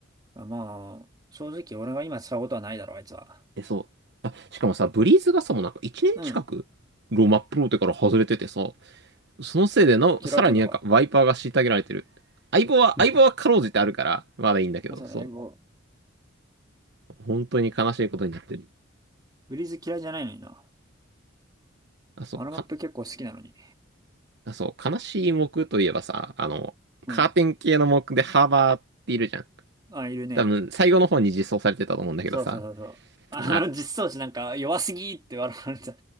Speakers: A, on the right; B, on the right.
A: あまあ、正直俺が今使うことはないだろ、あいつは。
B: え、そう。あ、しかもさ、ブリーズがさ、もうなんか1年近く、
A: うん。
B: ローマプロテから外れててさ、そのせいでなさらになんかワイパーが虐げられてる。
A: 嫌われてんのか。
B: 相棒は、
A: <laughs>
B: 相棒はかろうじてあるから、まだいいんだけど、
A: あ、そうね、
B: そ
A: もう、
B: う。本当に悲しいことになってる。
A: ブリーズ嫌いじゃないのにな。
B: あ、そう、
A: あのマップ結構好きなのに。
B: か、あ、そう、悲しい木といえばさ、あの、
A: うん。
B: カーテン系の木でハーバーっているじゃん。
A: あ、いるね。
B: 多分、最後の方に実装されてたと思うんだけどさ、
A: そうそうそうそう。あの、
B: あ、
A: 実装値なんか弱すぎって笑われた。